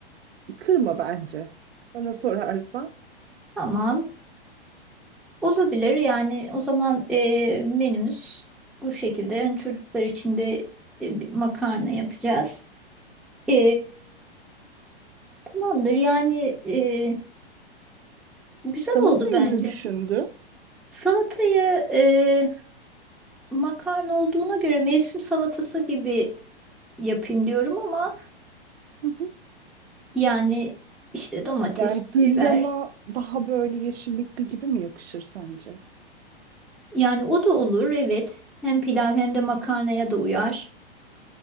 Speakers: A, on the right; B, in the centre.
A: Kırma bence. Bana sorarsan.
B: tamam. Olabilir. Yani o zaman e, menümüz bu şekilde. Yani çocuklar için de e, bir makarna yapacağız. E, tamamdır. Yani e, güzel
A: Salatayı
B: oldu bence.
A: ne düşündün?
B: Salatayı e, makarna olduğuna göre mevsim salatası gibi yapayım diyorum ama.
A: Hı hı.
B: Yani işte domates,
A: Yani büryana
B: biber.
A: daha böyle yeşillikli gibi mi yakışır sence?
B: Yani o da olur evet. Hem pilav hem de makarnaya da uyar.